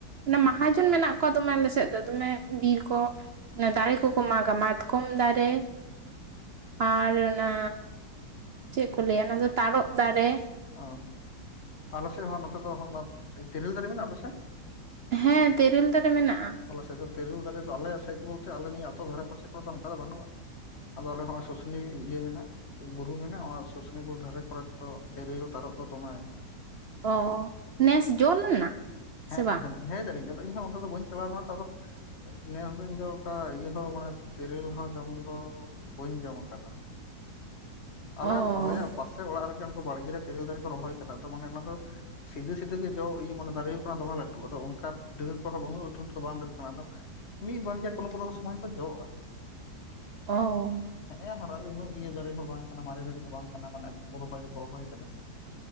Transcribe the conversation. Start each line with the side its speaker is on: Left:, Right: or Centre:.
Right: ᱚᱱᱟ ᱢᱟᱦᱟᱡᱚᱱ ᱢᱮᱱᱟᱜ ᱠᱚᱣᱟ ᱫᱚᱢᱮ ᱟᱞᱮ ᱥᱮᱫ ᱫᱚ ᱫᱚᱢᱮ ᱵᱤᱨ ᱠᱚ ᱚᱱᱮ ᱫᱟᱨᱮ ᱠᱚᱠᱚ ᱢᱟᱜᱟ ᱢᱟᱛᱠᱚᱢ ᱫᱟᱨᱮ ᱟᱨ ᱚᱱᱟ ᱪᱮᱫ ᱠᱚ ᱞᱟᱹᱭᱟ ᱚᱱᱟ ᱫᱚ ᱛᱟᱨᱚᱵ ᱫᱟᱨᱮ
Left: ᱚ ᱟᱞᱮ ᱥᱮᱫ ᱦᱚᱸ ᱱᱚᱛᱮ ᱫᱚ ᱛᱮᱤᱨᱞ ᱫᱟᱨᱮ ᱢᱮᱱᱟᱜᱼᱟ ᱟᱯᱮ ᱥᱮᱫ
Right: ᱦᱮᱸ ᱛᱮᱨᱮᱞ ᱫᱟᱨᱮ ᱢᱮᱱᱟᱜᱼᱟ
Left: ᱟᱞᱮ ᱥᱟᱜ ᱛᱮᱨᱮᱹᱞ ᱫᱟᱨᱮ ᱫᱚ ᱟᱞᱮ ᱥᱮᱫ ᱵᱚᱞᱛᱮ ᱟᱞᱮ ᱱᱤᱭᱟᱹ ᱟᱹᱛᱩ ᱫᱷᱟᱨᱮ ᱯᱟᱥᱮ ᱠᱚᱨᱮ ᱫᱚ ᱚᱱᱠᱟ ᱫᱚ ᱵᱟᱹᱱᱩᱜᱼᱟ ᱟᱫᱚ ᱟᱞᱮ ᱦᱚᱸᱚᱭ ᱥᱩᱥᱩᱱᱤᱭᱟᱹ ᱤᱭᱟᱹ ᱢᱮᱱᱟᱜᱼᱟ ᱵᱩᱨᱩ ᱢᱮᱱᱟᱜᱼᱟ ᱚᱱᱟ ᱥᱩᱥᱩᱱᱤ ᱵᱩᱨᱩ ᱫᱷᱟᱨᱮ ᱠᱚᱨᱮ ᱫᱚ ᱛᱤᱨᱤᱞ ᱛᱟᱨᱚᱵ ᱫᱚ ᱫᱚᱢᱮ
Right: ᱚ ᱱᱮᱥ ᱡᱚᱞᱮᱱᱟ
Left: ᱦᱮᱸ
Right: ᱥᱮ ᱵᱟᱝ
Left: ᱦᱮᱸ ᱦᱮᱸ ᱡᱟᱹᱱᱤᱜ ᱟᱫᱚ ᱤᱧᱦᱚᱸ ᱚᱱᱛᱮ ᱫᱚ ᱵᱟᱹᱧ ᱪᱟᱞᱟᱣ ᱟᱠᱟᱱᱟ ᱟᱫᱚ ᱱᱮᱥ ᱫᱚ ᱤᱧ ᱫᱚ ᱤᱭᱟᱹ ᱦᱚᱸ ᱢᱟᱱᱮ ᱛᱤᱨᱤᱞ ᱦᱚᱸ ᱡᱚᱢ ᱫᱚ ᱵᱟᱹᱧ ᱡᱚᱢ ᱟᱠᱟᱫᱟ
Right: <inaudible> ᱚ
Left: ᱟᱞᱮ ᱟᱞᱮᱭᱟᱜ ᱯᱟᱥᱮ ᱚᱲᱟᱜ ᱨᱮᱜᱮ ᱩᱱᱠᱩ ᱵᱟᱲᱜᱮ ᱛᱮᱨᱮᱞ ᱫᱟᱨᱮ ᱠᱚ ᱨᱚᱦᱚᱭ ᱠᱟᱫᱟ ᱛᱚ ᱢᱟᱱᱮ ᱚᱱᱟ ᱫᱚ ᱥᱤᱫᱟᱹ ᱥᱤᱫᱟᱹ ᱜᱮ ᱡᱚ ᱤᱭᱟᱹ ᱢᱟᱱᱮ ᱫᱟᱨᱮ ᱠᱟᱱᱟ ᱫᱚᱢᱮ ᱞᱟᱹᱴᱩ ᱟᱫᱚ ᱚᱱᱠᱟ ᱰᱟᱹᱨ ᱠᱚᱦᱚᱸ ᱩᱱᱟᱹᱜ ᱞᱟᱹᱴᱩ ᱞᱟᱹᱴᱩ ᱫᱚ ᱵᱟᱝ ᱰᱟᱹᱨ ᱠᱟᱱᱟ ᱟᱫᱚ ᱢᱤᱫ ᱵᱟᱨ ᱜᱮᱭᱟ ᱠᱚᱱᱳ ᱠᱚᱱᱳ ᱥᱚᱢᱚᱭ ᱫᱚ ᱡᱚᱜᱼᱟ ᱟᱨᱠᱤ
Right: ᱚ
Left: ᱦᱮᱸ ᱦᱟᱨᱟᱜ ᱩᱱᱟᱹᱜ ᱤᱭᱟᱹ ᱫᱟᱨᱮ ᱦᱚᱸ ᱵᱟᱝ ᱠᱟᱱᱟ ᱢᱟᱨᱮ ᱫᱟᱨᱮ ᱫᱚ ᱵᱟᱝ ᱠᱟᱱᱟ ᱢᱟᱱᱮ ᱨᱚᱦᱚᱭ ᱫᱚᱠᱚ ᱨᱚᱦᱚᱭ ᱠᱟᱫᱟ